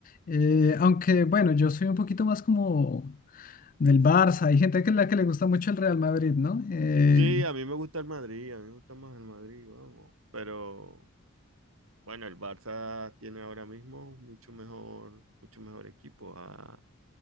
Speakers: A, on the left; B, on the right.
A: Eh, aunque, bueno, yo soy un poquito más como del Barça. Hay gente que la que le gusta mucho el Real Madrid, ¿no? Eh,
B: Sí, a mí me gusta el Madrid, a mí me gusta más el Madrid, vamos. Pero bueno, el Barça tiene ahora mismo mucho mejor, mucho mejor equipo. Ha,